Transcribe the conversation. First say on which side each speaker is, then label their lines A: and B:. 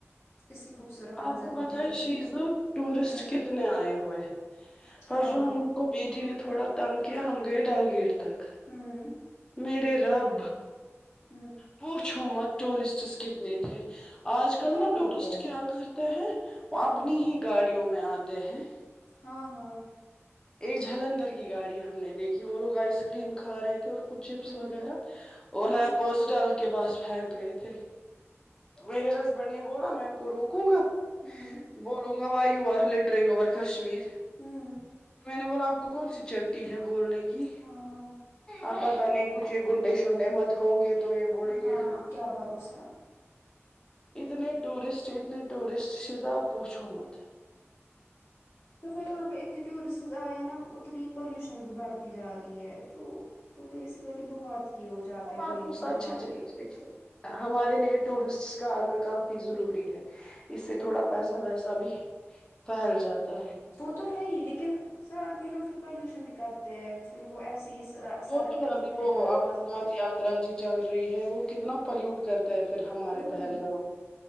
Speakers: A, on the left; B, on the left.
A: اسی خوبصورت منظر
B: آپ کو پتہ
A: دیکھنے
B: ہے
A: کے
B: شیزہ
A: لیے
B: ٹورسٹ
A: ہوں
B: کتنے آئے ہوئے ہیں پرسوں
A: ہاں
B: ہم کو بیٹی نے تھوڑا تنگ کیا ہم گئے ڈل لیک تک
A: ہوں
B: میرے رب
A: ہوں
B: پوچھو مت ٹورسٹس کتنے تھے آج کل
A: بہت
B: نا ٹورسٹ
A: ہوتے ہیں
B: کیا کرتے ہیں وہ
A: ہوں
B: اپنی ہی گاڑیوں میں آتے ہیں
A: ہاں ہاں
B: ایک جالندھر کی گاڑی ہم نے دیکھی وہ لوگ آئس کریم کھا رہے تھے اور کچھ چپس
A: ہوں
B: وغیرہ اور
A: ہوں
B: رایپ ڈل کے پاس پھینک رہے تھے میرے ہسبینڈ نے بولا میں ان کو روکوں گا
A: ہوں
B: بولوں گا why you are littering over Kashmir
A: ہاں
B: میں نے بولا آپ کو کون سی چٹی ہے بولنے کی
A: ہاں
B: آپ پتا نہیں کچھ یہ گنڈے شنڈے مت ہوں گے تو یہ بولیں
A: ہاں
B: گے پھر
A: اب کیا بھروسہ
B: اتنے ٹورسٹ اتنے ٹورسٹ شیزہ پوچھو مت
A: دیکھو یہاں پہ اتنے ٹورسٹسس آئے ہے نا اتنی پالوشن بھی بڑھتی جا رہی ہے تو وہ بیسیکلی بہت ہی ہو جاتا
B: <unintelligible>
A: ہے پین فل ہمارے لیے
B: ہمارے لیے ٹورسٹس کا آنا کافی ضروری ہے اس سے تھوڑا
A: ہاں
B: پیسہ ویسا بھی پھیل جاتا ہے
A: وہ تو ہے ہی لیکن سب آدمی لوگ پھر پالوشن بھی کرتے ہیں پھر وہ ایسی ہی سڑک
B: وہ جو
A: پہ
B: ہے ابھی
A: کتنے
B: وہ
A: ریپرز
B: امر
A: ہوتے
B: ناتھ یاترا جو جی چل رہی ہے وہ کتنا پلیوٹ کرتا ہے پھر ہمارے
A: وہی
B: پہلگام